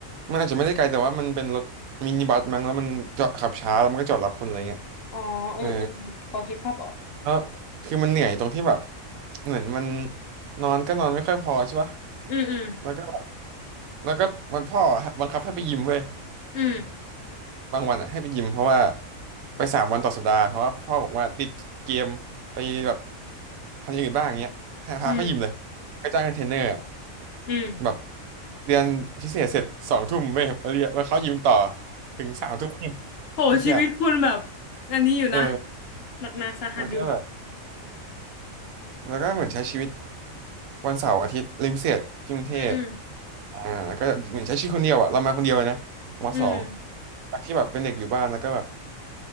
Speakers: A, on the right; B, on the left.
A: มันอาจจะไม่ได้ไกลแต่ว่ามันเป็นรถมินิบัสมั้งแล้วมันจอดขับช้าแล้วมันก็จอดรับคนอะไรเงี้ย
B: อ๋อเออเออพอคิดภาพออก
A: เออแล้วคือมันเหนื่อยตรงที่แบบเหมือนมันนอนก็นอนไม่ค่อยพอใช่ปะ
B: อืมอืม
A: แล้วก็ แล้วก็วันพ่อบังคับให้ไปยิมเว้ย
B: อืม
A: บางวันอ่ะให้ไปยิมเพราะว่าไปสามวันต่อสัปดาห์เพราะว่าพ่อบอกว่าติดเกมไปแบบทำอย่างอื่นบ้างอย่างเงี้ยให้พาเขายิมเลย
B: อืม
A: ก็จ้างเทรนเนอร์อะ
B: อืม
A: แบบเรียนพิเศษเสร็จสองทุ่มเว้ยมาเรียนมาเขายิมต่อถึงสามทุ่ม
B: โหชีวิตคุณแบบ
A: ไอ้เหี้ย
B: อันนี้อยู่นะ
A: เออ
B: หนักหนาสาหัสอยู่อะ
A: มันก็แบบแล้วก็เหมือนใช้ชีวิตวันเสาร์อาทิตย์เรียนพิเศษที่กรุงเทพ
B: อืมอืม
A: อ่าแล้วก็เหมือนใช้ชีวิตคนเดียวอ่ะเรามาคนเดียวเลยนะมสอง
B: อืม
A: จากที่แบบเป็นเด็กอยู่บ้านแล้วก็แบบ